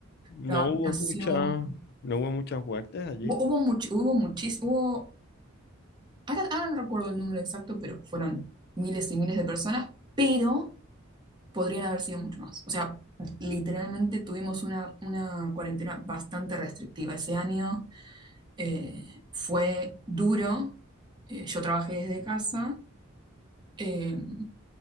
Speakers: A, on the left; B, on the right.
A: No
B: La vacunación.
A: hubo mucha, no hubo muchas muertes allí.
B: Hubo, hubo much- hubo muchis- hubo, ahora, ahora no recuerdo el número exacto, pero fueron miles y miles de personas, pero podrían haber sido mucho más. O sea, literalmente tuvimos una, una cuarentena bastante restrictiva ese año. eh, fue duro. eh, yo trabajé desde casa, eh,